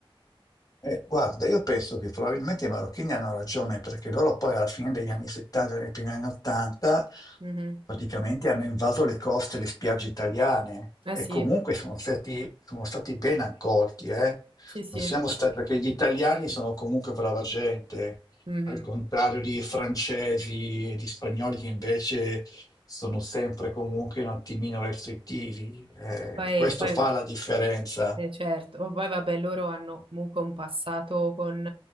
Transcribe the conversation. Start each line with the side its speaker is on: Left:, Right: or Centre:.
Left: Eh, guarda, io penso che probabilmente i marocchini hanno ragione perché loro poi alla fine degli anni 70 e nei primi anni 80
Right: Mhm.
Left: praticamente hanno invaso le coste e le spiagge italiane
Right: Ah
Left: e
Right: sì,
Left: comunque sono stati, sono stati ben accolti, eh.
Right: sì, sì.
Left: Non siamo stati, perché gli italiani sono comunque brava gente,
Right: Mhm.
Left: al contrario di francesi e di spagnoli che invece sono sempre comunque un attimino restrittivi. Eh,
Right: Poi,
Left: questo
Right: poi
Left: fa la differenza.
Right: Eh, certo, ma poi vabbè, loro hanno comunque un passato con,